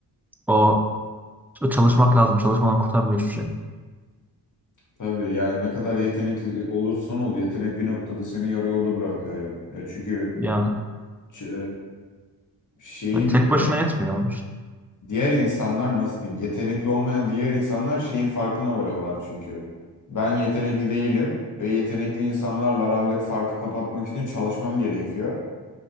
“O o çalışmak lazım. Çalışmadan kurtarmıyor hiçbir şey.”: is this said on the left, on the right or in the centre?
Centre